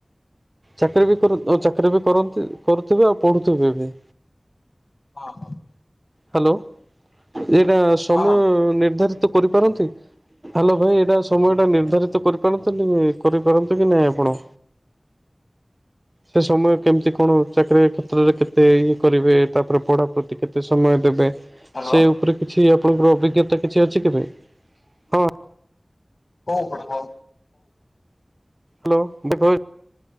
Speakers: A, on the right (about 25°); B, on the left (about 70°).
A: ଚାକିରୀ ବି କର କରନ୍ତି, କରୁଥିବେ ଆଉ ପଢୁଥିବେ ବି।
B: <inaudible>
A: ହାଲୋ, ଏଟା ସମୟ
B: ହଁ
A: ନିର୍ଦ୍ଧାରି କରିପାରନ୍ତି, ଭାଇ ଏଟା ସମୟଟା ନିର୍ଦ୍ଧାରିତ କରି ପାରନ୍ତି ନି, କରି ପାରନ୍ତି କି ନାହିଁ ଆପଣ? ସେ ସମୟ କେମ୍ତି କ'ଣ? ଚାକିରୀ କ୍ଷେତ୍ରରେ କେତେ ଇଏ କରିବେ, ତା'ପରେ ପଢ଼ା ପ୍ରତି କେତେ ସମୟ ଦେବେ?
B: ହ୍ୟାଲୋ
A: ସେ ଉପ୍ରେ କିଛି ଆପଣଙ୍କର ଅଭିଜ୍ଞତା କିଛି ଅଛି କେବେ? ହଁ
B: ହଉ ହଣ ହ
A: ହ୍ୟାଲୋ